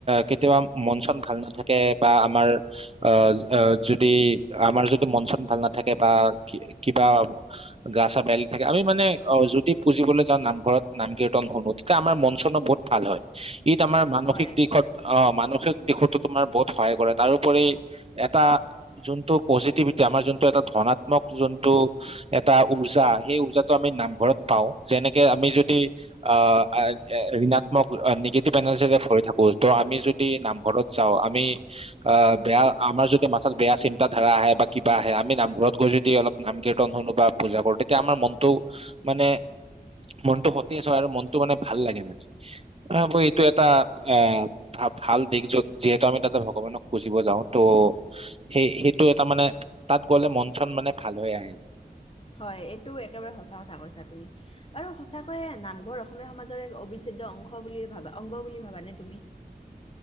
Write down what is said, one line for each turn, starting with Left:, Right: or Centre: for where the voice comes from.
Right: কেতিয়াবা মন-চন ভাল নাথাকে, বা আমাৰ আ যদি আমাৰ যদি মন-চন ভাল নাথাকে বা কিবা গা-চা বেয়া লাগি থাকে। আমি মানে যদি পুজিবলৈ যাওঁ নামঘৰত, নাম-কীৰ্তন শুনো তেতিয়া আমাৰ মন-চনো বহুত ভাল হয়। ইত আমাৰ মানসিক
Left: হয়
Right: দিশত অ' মানসিক দিশতো তোমাৰ বহুত সহায় কৰে। তাৰোপৰি এটা যোনটো পজিটিভিটি, আমাৰ যোনটো এটা ধনাত্মক যোনটো এটা উৰ্জা, সেই উৰ্জাটো আমি নামঘৰত পাওঁ। যেনেকে আমি যদি, আ ঋণাত্মক নিগেটিভ এনাৰ্জিৰে ভৰি থাকো। ত' আমি যদি নামঘৰত যাওঁ, আমি আ বেয়া আমাৰ যদি মাথাত বেয়া চিন্তা ধাৰা আহে বা কিবা আহে, আমি নামঘৰত গৈ যদি অলপ নাম-কীৰ্তন শুনো বা পূজা কৰো, তেতিয়া আমাৰ মনটো মানে, মনটো সতেজ হয় আৰু মনটো মানে ভাল লাগে মানে। আকৌ এইটো এটা অ'। ভ-ভাল দিশ য'ত যিহেতু আমি তাতে ভগৱানক পুজিব যাওঁ। ত' সেই-সেইটো এটা মানে তাত গ'লে মন-চন মানে ভাল হৈ আহে।
Left: হয়। এইটো একেবাৰে সঁচা কথা কৈছা তুমি। বাৰু সঁচাকৈয়ে নামঘৰ অসমীয়া সমাজৰ এক অবিচ্ছেদ্য অংশ বুলি ভাবা, অংগ বুলি ভাবানে তুমি?